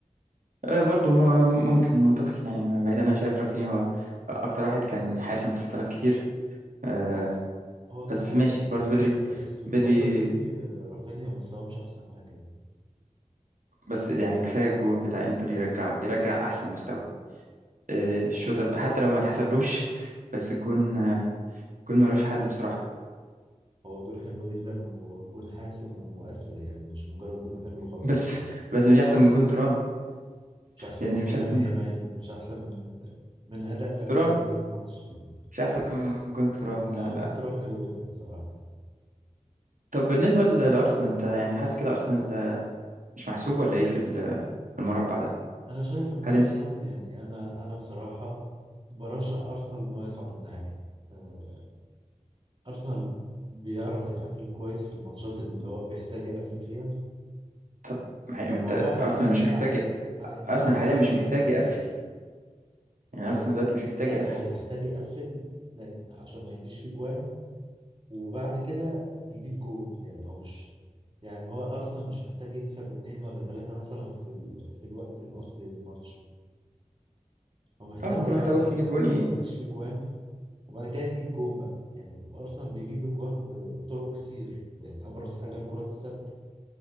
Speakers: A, on the right; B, on the right.
A: آه، برضو م- ممكن منطقي يعني بعيد انا شايف رافينيا هو اكتر واحد كان حاسم في فترات كتير آه،
B: هو كان
A: بس
B: حاسم
A: ماشي برضو بدري
B: بس الفتره
A: بدري
B: دي رافينيا مستواه مش احسن حاجه
A: بس يعني كفايه الجون بتاع انتر يرجع يرجع احسن مستوى آه، الشوط
B: آه،
A: أب- حتى لو ما تحسبلوش بس الجون آه، الجون ملوش حل بصراحة
B: هو جون حلو جدا وجون حاسم ومؤثر يعني مش مجرد جون حلو
A: <laughs>
B: وخلاص
A: بس
B: يعني
A: بس مش أحسن من جون ترام
B: مش احسن
A: يعني
B: من
A: مش
B: جون
A: أحسن
B: لامين
A: من
B: يامال
A: جون
B: مش احسن من من اداء لامين
A: ترام
B: يامال طول الماتش يعني
A: مش أحسن من جون ترام
B: اه
A: لا لا
B: جون ترام حلو جدا بصراحة
A: طب بالنسبة ل- لأرسنال أنت يعني حاسس كده أرسنال آه، مش محسوب ولا إيه في ال- في المربع ده
B: انا شايف ان
A: هل
B: ارسنال
A: أنت
B: يعني انا انا بصراحة برشح ارسنال ان هو يصعد النهائي آه، ارسنال بيعرف يقفل كويس في الماتشات اللي هو بيحتاج يقفل فيها
A: طب ما هي-
B: والموضوع
A: ما أنت
B: هيعتمد
A: أرسنال مش
B: بقى
A: محتاج
B: على على انه
A: أرسنال
B: هل هيعرف
A: حاليا مش محتاج
B: يخطف
A: يقفل
B: ولا لا ما
A: يعني
B: هو
A: أرسنال دلوقتي مش محتاج
B: لا
A: يقفل
B: هو محتاج يقفل لان عشان ما يجيش فيه جوان وبعد كده يجيب جول يعني هو مش يعني هو ارسنال مش محتاج يكسب اتنين ولا تلاتة مثلا في ال... في الوقت الاصلي للماتش هو محتاج
A: اه هو كله
B: يعرف
A: محتاجه بس
B: يقفل
A: يجيب جون
B: وما يجيش فيه جوان وبعد كده يجيب جون بقى يعني وارسنال بيجيب جوان ب- بطرق كتير يعني ابرز حاجه الكرات الثابته